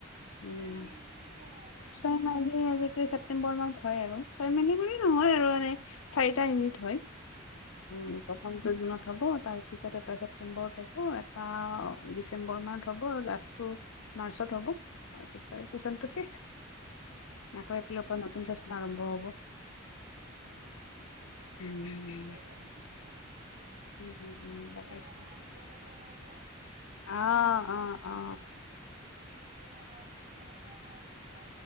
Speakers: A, on the left; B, on the right.
A: উম,
B: তই মাহিলীটো কেতিয়া হয় আ
A: ছয় মাইি আজিকালি ছেপটেম্বৰ মাহত হয় আৰু ছয় মেলি বুলি নহয় আৰু মানে চাৰিটা ইউনিট হয়
B: অ
A: উম
B: আচ্ছা
A: প্ৰথম জুনত হব তাৰপিছত এটা ছেপ্তেম্বৰত হ'ব এটা ডিচেম্বৰ মাহত হ'ব লাষ্টটো মাৰ্চত হ'ব তাৰপিছত চেচনটো শেষ আকৌ আপিলৰ পৰা নতুন চেচন আৰম্ভ হব হব
B: উম উম উম উম
A: উম,
B: ভালেই বাৰু ঠিকে আছে
A: উম, উম, উম,
B: আজিকালি
A: তাকে
B: অকমান বেলেগ হৈ গ'ল যে‌
A: অ অ অ
B: যিয়ে নাপাঁও আগতে আমাৰ এতিয়া